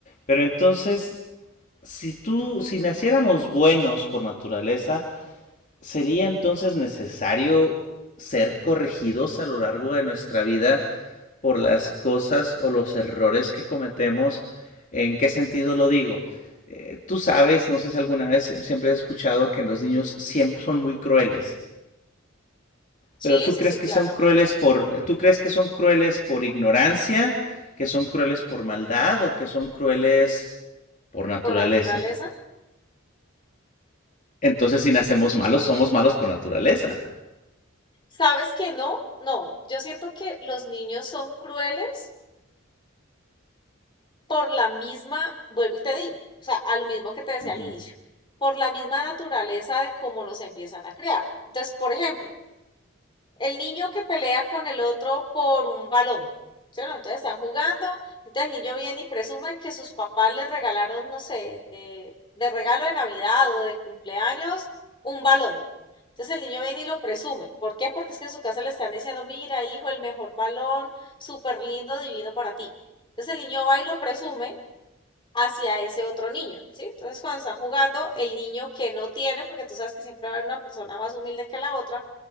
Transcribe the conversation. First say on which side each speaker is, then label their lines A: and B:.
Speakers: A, on the left; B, on the left.
A: Pero entonces, si tú, si naciéramos buenos por naturaleza, ¿sería entonces necesario ser corregidos a lo largo de nuestra vida? por las cosas o los errores que cometemos. ¿En qué sentido lo digo? Eh, tú sabes, no sé si alguna vez siempre has escuchado que los niños siempre son muy crueles,
B: Sí,
A: pero tú
B: sí,
A: crees
B: sí,
A: que
B: claramente.
A: son crueles por, eh, tú crees que son crueles por ignorancia, que son crueles por maldad o que son crueles por naturaleza.
B: Por naturaleza.
A: Entonces, si nacemos malos, somos
B: Mm,
A: malos por naturaleza.
B: ¿Sabes que no? No, yo siento que los niños son crueles por la misma, vuelvo y te digo, o sea, a lo mismo que te decía
A: Ujú.
B: al inicio, por la misma naturaleza de cómo nos empiezan a crear. Entonces, por ejemplo, el niño que pelea con el otro por un balón, ¿cierto? Entonces están jugando, entonces el niño viene y presume que sus papás le regalaron, no sé, de, de regalo de Navidad o de cumpleaños, un balón. Entonces el niño viene y lo presume. ¿Por qué? Porque es que en su casa le están diciendo, mira, hijo, el mejor balón, súper lindo, divino para ti. Entonces el niño va y lo presume hacia ese otro niño, ¿sí? Entonces cuando están jugando, el niño que no tiene, porque tú sabes que siempre va a haber una persona más humilde que la otra,